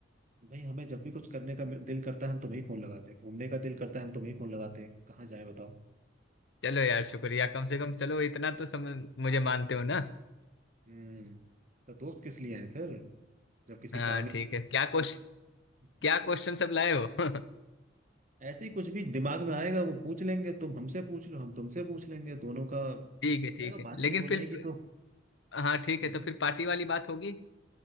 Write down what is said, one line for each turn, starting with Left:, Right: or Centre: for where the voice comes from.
Right: भाई हमें जब भी कुछ करने का दिल करता है हम तुम्हें ही फोन लगाते हैं घूमने का दिल करता है हम तुम्हें ही फोन लगाते हैं कहाँ जाए बताओ
Left: चलो यार शुक्रिया कम से कम चलो इतना तो समझ मुझे मानते हो ना
Right: हम्म तो दोस्त किस लिए हैं फिर जब किसी
Left: हाँ
Right: काम ही
Left: ठीक
Right: नहीं होगा
Left: है क्या क्वेश्चन क्या
Right: <laughs>
Left: क्वेश्चन सब लाए हो <laughs>
Right: ऐसे ही कुछ भी दिमाग में आएगा वो पूछ लेंगे तुम हमसे पूछ लो हम तुमसे पूछ लेंगे दोनों का
Left: ठीक है
Right: हो
Left: ठीक
Right: जाएगा
Left: है
Right: बातचीत
Left: लेकिन
Right: हो
Left: फिर
Right: जाएगी
Left: हाँ ठीक
Right: तो
Left: है तो फिर पार्टी वाली बात होगी